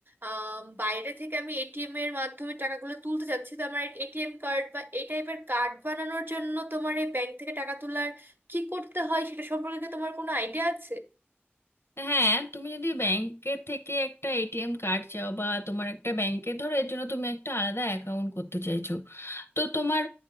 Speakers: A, on the right; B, on the left.
A: আম, বাইরে থেকে আমি এটিএম এর মাধ্যমে টাকাগুলো তুলতে চাচ্ছি তো আমার এটিএম কার্ড বা এই টাইপের কার্ড বানানোর জন্য তোমার এই ব্যাংক থেকে টাকা তোলার কি করতে হয় সেটা সম্পর্কে কি তোমার কোনো আইডিয়া আছে
B: হ্যাঁ তুমি যদি ব্যাংকের থেকে একটা এটিএম কার্ড চাও বা তোমার একটা ব্যাংকে ধরো এর জন্য তুমি একটা আলাদা অ্যাকাউন্ট করতে চাইছো তো তোমার